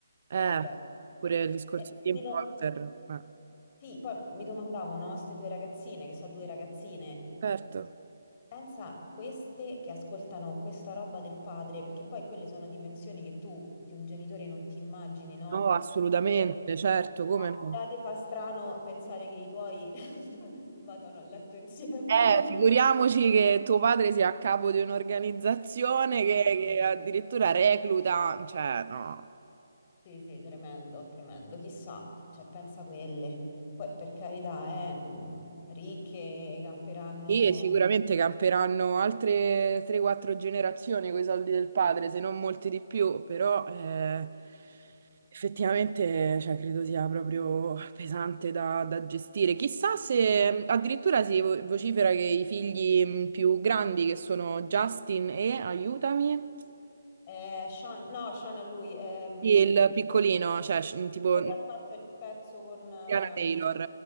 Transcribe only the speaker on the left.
vabbè.
E
mi dom-
sì, poi mi domandavo, no, queste due ragazzine, che sono due ragazzine,
Pensa queste che ascoltano questa roba del padre, perché poi quelle sono dimensioni che tu di un genitore non ti immagini, no?
E-
no,
già ti fa strano pensare che i tuoi <laughs> vadano a letto insieme,
<laughs> no?
Ah,
Sì, sì, tremendo, tremendo, chissà, cioè pensa a quelle. Poi per carità, eh, mh, ricche, camperanno...
Eh, eh, Sean, no, Sean è lui, ehm,
Quello che ha fatto il pezzo con... eh,
con...